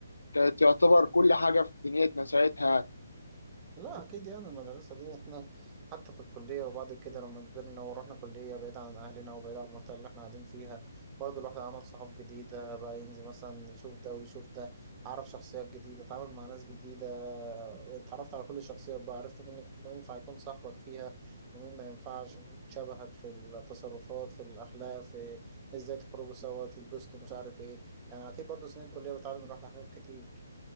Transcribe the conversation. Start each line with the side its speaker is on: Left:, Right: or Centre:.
Left: كانت يعتبر كل حاجة في دنيتنا ساعتها يعني.
Right: لا أكيد يعني المدرسة دي إحنا حتى في الكلية وبعد كده لما كبرنا ورحنا كلية بعيد عن أهلنا وبعيد عن المنطقة اللي إحنا قاعدين فيها برضه الواحد عمل صحاب جديدة بقى ينزل مثلا يشوف ده ويشوف ده عرف شخصيات جديدة اتعامل مع ناس جديدة اتعرفت على كل الشخصيات بقى عرفت مين يكون- مين ينفع يكون صاحبك فيها ومين ما ينفعش ومين شبهك في التصرفات في الأخلاق في إزاي تخرجوا سوا تتبسطوا مش عارف إيه يعني أكيد برضه سنين الكلية بتعلم الواحد حاجات كتير.